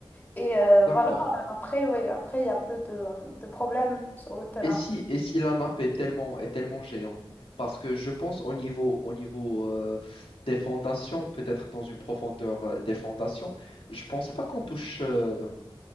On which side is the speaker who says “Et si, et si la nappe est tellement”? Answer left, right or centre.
Left